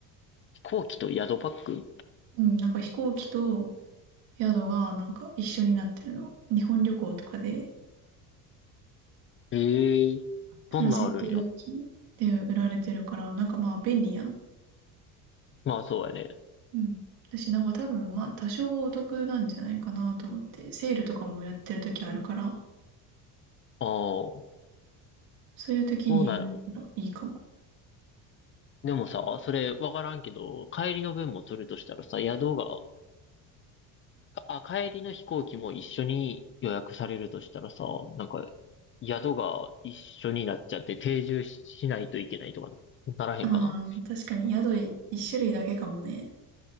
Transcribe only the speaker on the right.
うん、なんか飛行機と宿がなんか一緒になってるの。日本旅行とかで、
そのセット料金で売られてるから、なんかまあ便利やん。
うん。私なんか多分まあ多少お得なんじゃないかなと思って、セールとかもやってる時あるから、
そういう時にやったらいいかも。
ああ、確かに宿い一種類だけかもね。